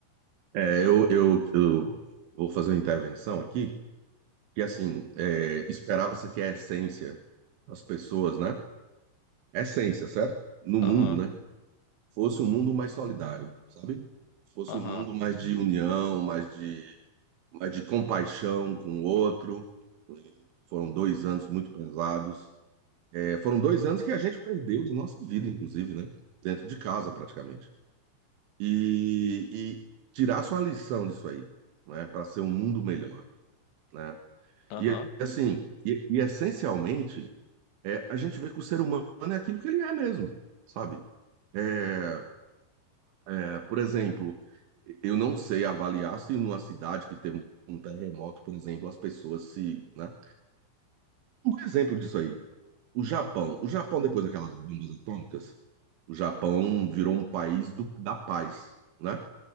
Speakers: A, on the right; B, on the left.
A: é, eu, eu, eu vou fazer uma intervenção aqui, que assim, é, esperava-se que a essência das pessoas, né? Essência, certo? No mundo,
B: Aham,
A: né? fosse um mundo mais solidário, sabe? Fosse
B: aham,
A: um mundo mais de união, mais de, mais de compaixão com o outro. Foram dois anos muito pesados. É, foram dois anos que a gente perdeu de nossa vida, inclusive, né? Dentro de casa, praticamente. E, e tirasse uma lição disso aí, né? Para ser um mundo melhor, né?
B: aham,
A: E assim, e, e essencialmente, é, a gente vê que o ser humano é aquilo que ele é mesmo, sabe? É, É, por exemplo, eu não sei avaliar se numa cidade que teve um terremoto, por exemplo, as pessoas se, né? Um exemplo disso aí, o Japão. O Japão, depois daquelas bombas atômicas, o Japão virou um país do, da paz, né?